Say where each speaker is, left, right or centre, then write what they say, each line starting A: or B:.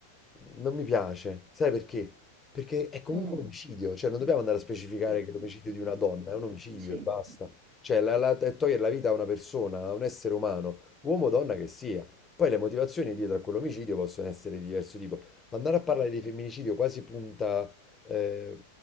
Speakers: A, on the left (about 20°); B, on the right (about 40°).
A: Non mi piace, sai perché? Perché è comunque
B: Mm.
A: un omicidio, cioè non dobbiamo andare a specificare
B: Sì.
A: che l'omicidio di una donna è un omicidio
B: Sì.
A: e basta. Cioè, la, la- è togliere la vita a una persona, a un essere umano, uomo o donna che sia. Poi le motivazioni dietro a quell'omicidio possono essere di diverso tipo. Ma andare a parlare di femminicidio quasi punta, eh,